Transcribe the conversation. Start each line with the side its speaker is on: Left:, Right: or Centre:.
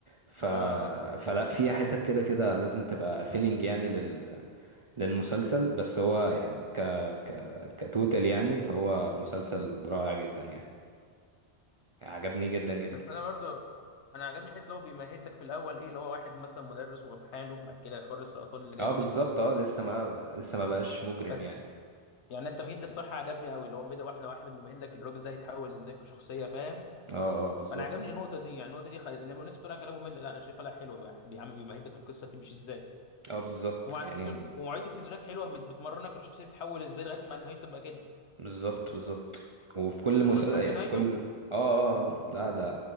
Right: ف...
Left: اه
Right: فلا فيها حتت كده كده لازم تبقى فيلينج يعني لل... للمسلسل بس هو يعني ك... ك... كتوتال يعني فهو مسلسل رائع جدا يعني عجبني جدا جدا
Left: بس انا برضه انا عجبني حته اللي هو بيمهد لك في الاول ايه اللي هو واحد مثلا مدرس وفي حاله بعد كده حوار السرطان اللي جاله
Right: اه بالظبط
Left: ده
Right: اه لسه
Left: هو
Right: ما لسه ما بقاش مجرم
Left: ف
Right: يعني
Left: يعني التمهيد ده الصراحه عجبني قوي اللي هو مدى واحده واحده بيمهد لك الراجل ده هيتحول ازاي كشخصيه فاهم
Right: اه اه بالظبط
Left: فانا عجبني النقطه دي يعني النقطه دي خل... يعني الناس بتقول لك كلام ممل لا انا شايفها لا حلوه بقى. يا عم بيمهد لك القصه تمشي ازاي
Right: اه بالظبط
Left: ومع
Right: يعني
Left: السيزون ومواعيد السيزونات حلوه بت- بتمرنك الشخصيه بتتحول ازاي لغايه ما نهايته تبقى كده
Right: بالظبط بالظبط وفي كل مسلسل
Left: انت شوف شفت نهايته
Right: في كل اه اه آه. لا ده